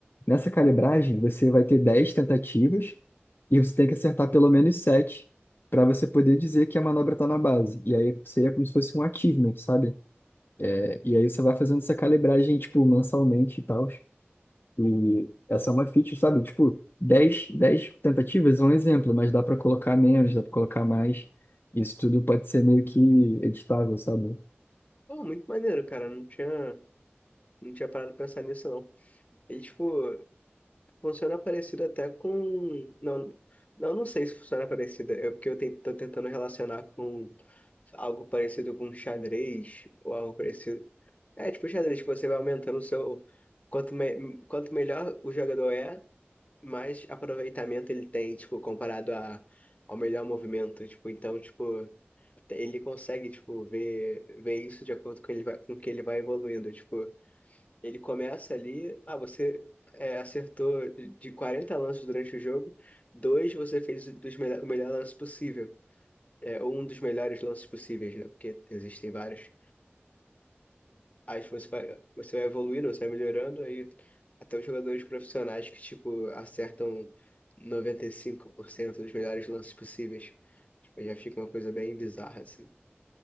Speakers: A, on the left; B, on the left.
A: Nessa calibragem, você vai ter 10 tentativas e você tem que acertar pelo menos 7 para você poder dizer que a manobra está na base. E aí seria como se fosse um achievement, sabe? É, e aí você vai fazendo essa calibragem, tipo, mensalmente e tal. E essa é uma feature, sabe? Tipo, dez dez tentativas é um exemplo, mas dá para colocar menos, dá para colocar mais. Isso tudo pode ser meio que editável, sabe?
B: Pô, muito maneiro, cara. Não tinha... Não tinha parado pra pensar nisso, não. E, tipo, funciona parecido até com. Não, não, não sei se funciona parecido. É porque eu ten- tô tentando relacionar com algo parecido com xadrez ou algo parecido. É, tipo, xadrez, que você vai aumentando o seu. Quanto, me... Quanto melhor o jogador é, mais aproveitamento ele tem, tipo, comparado a... ao melhor movimento. Tipo, então, tipo, ele consegue, tipo, ver, ver isso de acordo com, ele vai... com que ele vai evoluindo. Tipo. Ele começa ali, ah, você é, acertou de 40 lances durante o jogo, dois você fez dos melho- o melhor lance possível, é, ou um dos melhores lances possíveis, né? Porque existem vários. Aí você vai, você vai evoluindo, você vai melhorando, aí até os jogadores profissionais que, tipo, acertam 95% dos melhores lances possíveis. Tipo, já fica uma coisa bem bizarra, assim.